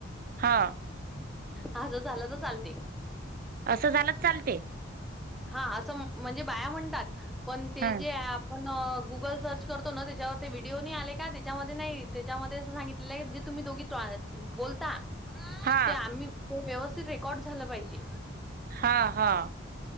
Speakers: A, on the right; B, in the centre.
A: हा
B: हा ज झाला तर चालते
A: असं झालंच चालते
B: हा असं म्हणजे बाया म्हणतात पण ते
A: हा
B: जे पण गुगल सर्च करतो ना त्याच्यावर ते व्हिडिओ नाही आले का त्याच्यामध्ये नाही त्याच्यामध्ये असं सांगितलेलं ज तुम्ही दोघी बोलता
A: हा
B: ते आम्ही तो व्यवस्थित रेकॉर्ड झाला पाहिजे.
A: हा हा